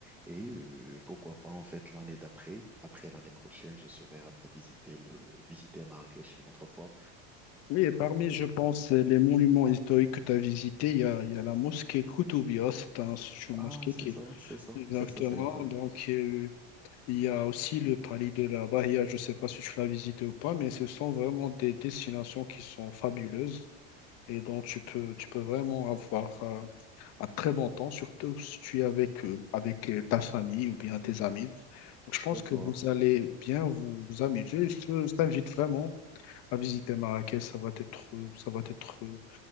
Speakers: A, in the centre; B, on the left (about 55°).
A: Et euh, pourquoi pas en fait l'année d'après, après l'année prochaine, je serai apte à visiter le visiter Marrakech une autre fois.
B: Oui, et parmi, je pense, les monuments historiques que tu as visités, il y a, il y a la mosquée Koutoubia, c'est un- c'est une
A: Ah,
B: mosquée
A: c'est
B: qui
A: ça,
B: est
A: c'est ça,
B: exactement.
A: c'est ça, c'est exact.
B: Donc, euh, il y a aussi le palais de la Bahia, je ne sais pas si tu l'as visité ou pas, mais ce sont vraiment des destinations qui sont fabuleuses et dont tu peux, tu peux vraiment avoir euh, un très bon temps, surtout si tu es avec, euh, avec euh, ta famille ou bien tes amis. Donc, je pense
A: D'accord.
B: que vous allez bien vous, vous amuser. Je, je t'invite vraiment. À visiter Marrakech, ça va être, euh, ça va être euh,